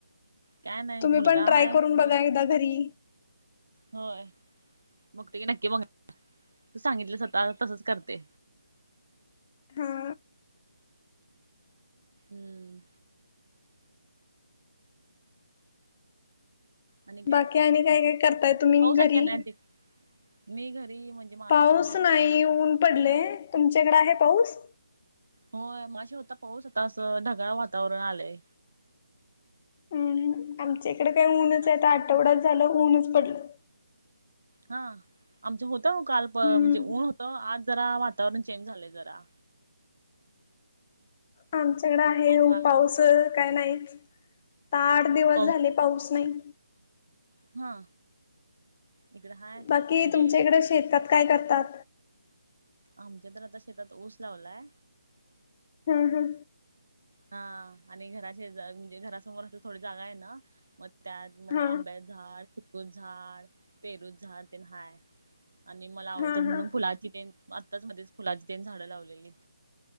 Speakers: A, on the right; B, on the left.
A: काय नाही
B: तुम्ही
A: मुलगा
B: पण ट्राय
A: हाय
B: करून
A: मुल
B: बघा एकदा घरी.
A: होय, बगते की नक्की बघ, तू सांगितल्यास आता तसच करते.
B: हा.
A: हम्म. आणि काय?
B: बाकी आणि काय काय करताय तुम्ही
A: पाऊस हाय
B: घरी?
A: काय नाय ती, मी घरी म्हणजे माझं
B: पाऊस
A: म्हणजे असं
B: नाही ऊन पडलय तुमच्याकडे आहे पाऊस?
A: होय मगाशी होता पाऊस आता असं ढगाळ वातावरण आलंय.
B: हम्म आमच्या इकडे काय ऊनच
A: बोला
B: आहे आठवडाच झालं ऊनच पडलं.
A: हा आमचं होतं काल प
B: हम्म
A: म्हणजे ऊन होतं आज जरा वातावरण चेंज झालंय जरा.
B: आमच्याकडे आहे
A: आभाळ
B: हो पाऊस काय नाहीच आता आठ दिवस
A: पाऊस
B: झाले पाऊस नाही.
A: हा. इकडं हाय
B: बाकी
A: म्हणजे
B: तुमच्या इकडं शेतात काय करतात?
A: आमच्या तर आता शेतात ऊस लावलाय.
B: ह ह.
A: हा, आणि घरा शेजारी म्हणजे घरासमोर असं थोडी जागा आहे ना मग त्यात मग
B: हा
A: आंब्या झाडं चिकूचं झाड, पेरूचं झाड तेन हाय. आणि मला आवडतात,
B: हा
A: म्हणून
B: हा
A: फुलाची तेन आत्ताच मध्येच फुलाची तेन झाडं लावलेलीत.